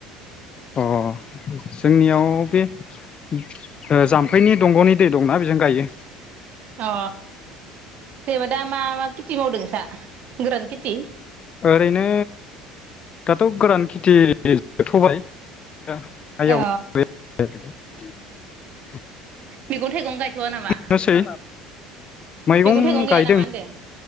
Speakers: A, on the left; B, on the right.
A: अ जोंनियाव बे ओ जाम्फैनि दंग'नि दै दंना बेजों गायो
B: अ जेनेबा दा मा मा खेथि मावदों नोंसा? गोरान केटि
A: ओरैनो दाथ' गोरान खेथि <unintelligible> बाय। <unintelligible>
B: अ
A: <unintelligible>
B: मैगं थाइगं गायथ'वा नामा मैगं
A: नोसै मैगं
B: थाइगं
A: गायदों
B: गाया नामा होनदो?